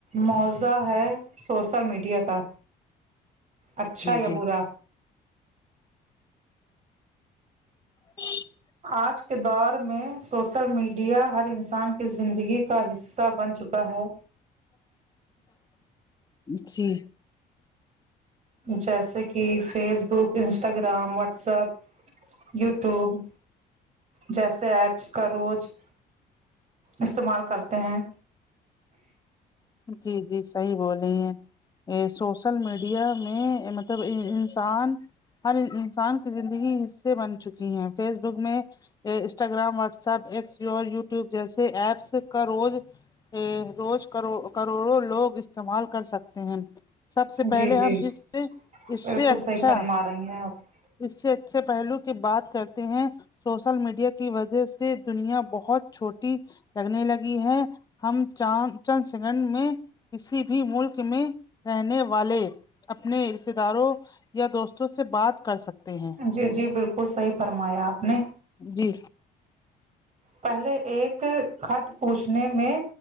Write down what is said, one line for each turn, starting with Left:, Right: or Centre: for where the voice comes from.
Right: معاضہ ہے سوشل میڈیا کا اچھا یا
Left: جی
Right: برا
Left: ج
Right: آج کے دور میں سوسل میڈیا ہر انسان کی زندگی کا حصہ بن چکا ہے
Left: جی
Right: جیسے کہ Facebook Instagram WhatsApp YouTube جیسے ایپس کا روز استعمال کرتے ہیں
Left: جی جی صحیح بولی ہیں ا سوشل میڈیا میں مطلب انسان ہر انسان کی زندگی اس سے بن چکی ہے فیس بک میں ا انسٹاگررام واٹسپ یٹیوب جیسے ایپس کا روز ا روز کرو کروڑوں لوگ استعمال کر سکتے ہیں سب سے پہلے
Right: جی جی
Left: ہم اس سے اس
Right: بالکل
Left: سے اچھا
Right: صحیح فرما رہی ہیں آپ
Left: اس سے اچھے پہلو کی بات کرتے ہیں سوشل میڈیا کی وجہ سے دنیا بہت چھوٹی لگنے لگی ہے ہم چان چند سیکنڈ میں کسی بھی ملک میں رہنے والے اپنے رشتے داروں یا دوستوں سے بات کر سکتے ہیں
Right: جی جی بالکل صحیح فرمایا آپ نے
Left: جی
Right: پہلے ایک خط پوچھنے میں